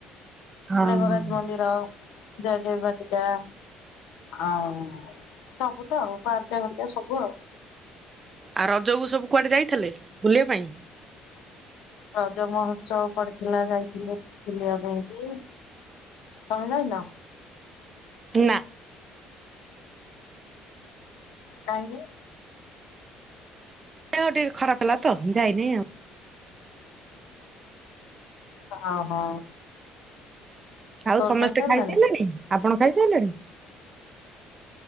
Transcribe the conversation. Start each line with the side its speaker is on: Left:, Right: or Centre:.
Right: ହଁ
Left: ଲିଙ୍ଗରାଜ ମନ୍ଦିର, ଜୟଦେବ ବାଟିକା। ଆଉ ସବୁ ତ ଆଉ ପାର୍କ ହରିକା ସବୁ ଆଉ।
Right: ଆଉ ରଜକୁ ସବୁ କୁଆଡେ ଯାଇଥିଲେ ବୁଲିବା ପାଇଁ?
Left: ରଜ ମହୋତ୍ସବ ପଡିଥିଲା ଯାଇଥିଲେ ବୁଲିବା ପାଇଁ ସେଠି। ତୋମେ ଯାଇନ?
Right: ନା।
Left: କାହିଁକି?
Right: ଦେହ ଟିକେ ଖରାପ ହେଲା ତ ଯାଇନି ଆଉ।
Left: ତ ଅ, ହଁ।
Right: ଆଉ ସମସ୍ତେ
Left: ଖାଇସାରିଲାଣି?
Right: ଖାଇସାଇଲେଣି, ଆପଣ ଖାଇସାଇଲେଣି?